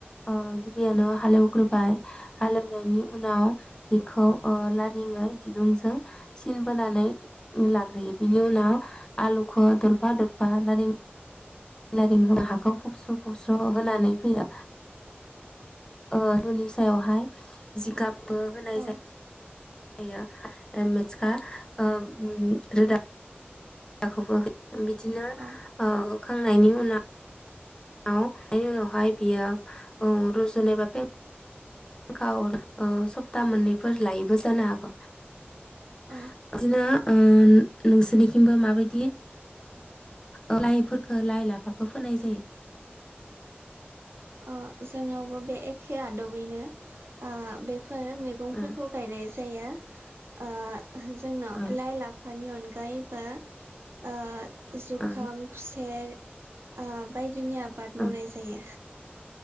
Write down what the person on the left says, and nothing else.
अ गिबि आवनो हालौ ग्रोबाय हालेवनायनि उनाव बेखौ ओ ला <unintelligible> रुंजों सिन बोनानै मिला यो बिनि उनाव आलुखौ दरफा दरफा बालारि <unintelligible> हाखौ फबस्र फबस्र होनानै फैयो ओ रुनि सायावहाय जिगाब बो होनाय
जायो <inaudible> होयो एम एसखा ओ रोदा हाखौबो बिदिनो
ओ होखांनायनि उनाव <unintelligible> बेनि उनावहाय बियो औ रजनाय एबा फें फेंखा सप्ता मोननैफोर लायैबो जानो हागौ बिदिनो
ओं नोंसोरनिखिंबाे माबायदि? ओ लाइफोरखौ लाइ लाफाखौ फोनाय जायो?
ओ
ओ
ओ
ओ